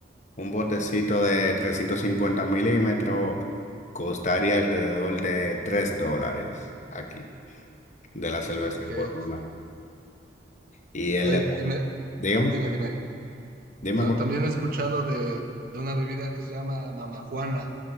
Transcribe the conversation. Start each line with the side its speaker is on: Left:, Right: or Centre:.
Left: un botecito de 350 milímetros costaría alrededor de 3 dólares aquí, de la cerveza
Right: Ok,
Left: Corona.
Right: sí.
Left: Y el
Right: Oye,
Left: de...
Right: y me-
Left: Dígame,
Right: dime, dime.
Left: dime
Right: Ta- También he escuchado de, de una bebida que se llama Mamajuana.